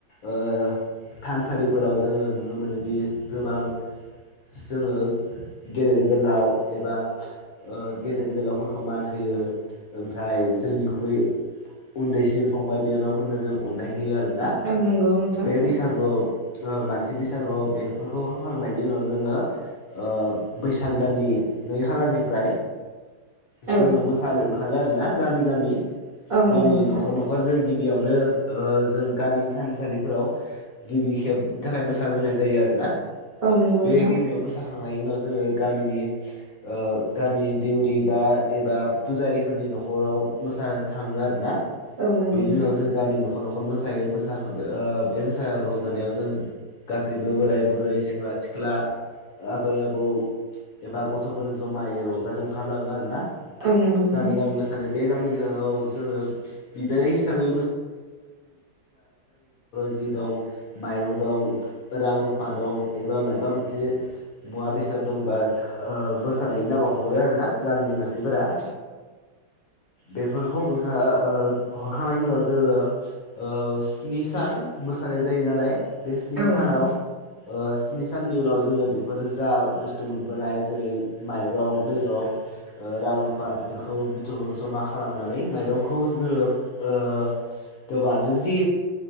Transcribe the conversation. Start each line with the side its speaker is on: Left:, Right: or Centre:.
Left: ओ थानसालिफोराव जोङो नुनो मोनोदि गोबां जोङो गेदेर गोलाव एबा ओ गेदेर गोलावफोरखौ मान होयो ओमफ्राय जोंनिख्रुइ उन्दैसिन फंबाय बिनानाफोरनो जों अननाय होयो आरोना
Right: औ नंगौ नोंथां
Left: बे बैसाग मानसि बैसागुआव बेफोरखौ खालामखांनायनि उनाव जोङो ओ बैसाग दाननि नै खालारनिफ्राय
Right: औ
Left: जोङो मोसानो ओंखारो आरो ना गामि गामि
Right: औ
Left: गामिनि
Right: नंगौ नोंथां
Left: न'खर न'खर जों गिबियावनो ओ जों गामि थानसालिफोराव गिबि खेबनि थाखाय मोसाग्रोनाय जायो आरो ना
Right: औ नंगौ
Left: बे
Right: नोंथां
Left: गिबियाव मोसाखां नायनि उनाव जोङो गामिनि ओ गामिनि देउरि बा एबा फुजारिफोरनि न'खराव मोसानो थाङो आरो ना
Right: औ नंगौ
Left: बेनि
Right: नोंथां
Left: उनाव जों गामिनि न'खर न'खर मोसायो मोसांखां ओ रंजानायाव जों गासैबो बोराय बुरै सेंग्रा सिख्ला आबै आबौ एबा गथ'फोर जमायै रंजानो ओंखारलाङो आरो ना
Right: औ नंगौ
Left: गामि
Right: नोंथां
Left: गामि मोसानाय बे गामि <unintelligible> जोङो बिबायनाय हिसाबै जि दं माइरं दं रां रुफा दं एबा माइबा मोनसे मुवा बेसाद दङबा ओ मोसानायनि नामाव हरो आरोना गामिनि मानसिफोरा
Right: औ नंगौ नोंथां
Left: बेफोरखौ मोनखां ओ हरखांनायनि उनाव जोङो ओ स्नि सान मोसानाय जायो नालाय बे स्नि
Right: औ
Left: सानाव
Right: नंगौ नोंथां
Left: ओ स्नि साननि उनाव जोङो बेफोर जा बुस्थु मोनबोनाय जेरै माइरं दैरं ओ रां रुफा बेफोरखौ बुथुम जमा खालामनानै माइरंखौ जोङो ओ गोबाङानो जि